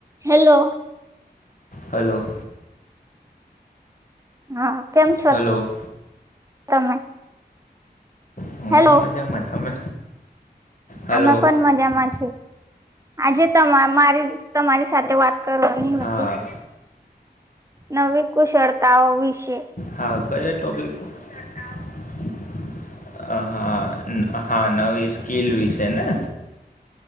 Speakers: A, on the right; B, on the left.
A: Hello
B: hello
A: હા કેમ છો
B: હલો
A: તમે?
B: હું
A: હેલો
B: મજામાં તમે હલો
A: અમે પન મજામાં છી. આજે તમા મારી તમારી સાથે વાત કરવાની
B: હા
A: હતી. નવી કુશળતાઓ વિશે.
B: હા કયા ટોપિક નવી કુશળતાઓ વિશે આ હા. હા નવી સ્કીલ વિશેને?